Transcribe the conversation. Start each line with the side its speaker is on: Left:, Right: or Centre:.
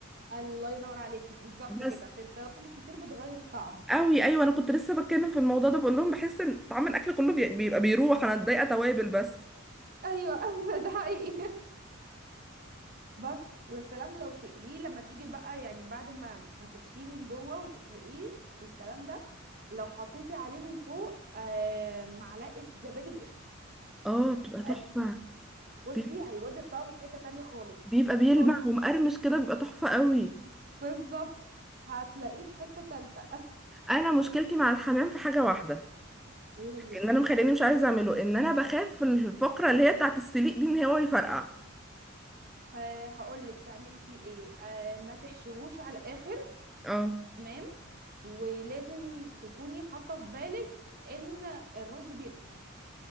Right: الله ينور عليكي بالظبط
Centre: بس
Right: كده عشان التوابل الكتير بتغير الطعم
Centre: قوي ايوه انا كنت لسه بتكلم في الموضوع ده بقول لهم بحس ان طعم الاكل كله بي- بيبقى بيروح انا اتضايقه توابل بس
Right: ايوه <laughs> ده حقيقي بس ويا سلام لو تقليه لما تيجي بقى يعني بعد ما ما تحشيه من جوه وتسلقيه والكلام ده لو حطيتي عليه من فوق آم، معلقه زبادي بقشطه
Centre: اه بتبقى
Right: وقلتيه
Centre: تحفة
Right: بصي
Centre: بي-
Right: هيودي الطعم في حتة تانية خالص
Centre: بيبقى بيلمع
Right: خالص
Centre: ومقرمش كده بيبقى تحفة قوي
Right: بالظبط هتلاقيه في حتة تالتة
Centre: انا مشكلتي مع الحمام في حاجة واحدة
Right: ايه هي
Centre: ان انا مخليني مش عايزة اعمله ان انا بخاف في الفقرة اللي هي بتاعت السليق دي ان هو يفرقع
Right: آه هقول لك تعملي فيه ايه آه ما تحشوهوش على الاخر
Centre: اه
Right: تمام ولازم تكوني حاطه في بالك ان الرز بينفش